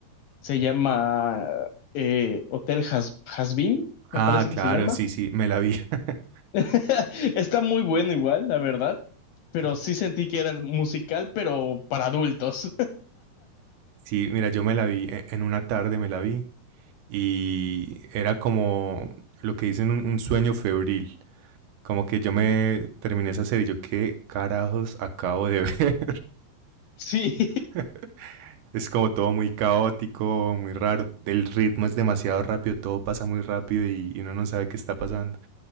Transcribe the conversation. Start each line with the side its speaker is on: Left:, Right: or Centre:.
Left: Se llama eh, Hotel Has Hazbin, me
Right: Ah,
Left: parece
Right: claro,
Left: que se llama.
Right: sí, sí, me la vi. <laughs>
Left: <laughs> Está muy bueno igual, la verdad, pero sí sentí que era musical, pero para adultos.
Right: Sí, mira, yo me la vi e- en una tarde, me la vi. y era como lo que dicen un, un sueño febril. Como que yo me terminé esa serie y yo, ¿qué carajos acabo de ver?
Left: <laughs> Sí.
Right: <laughs> es como todo muy caótico, muy raro. El ritmo es demasiado rápido, todo pasa muy rápido y, y uno no sabe qué está pasando.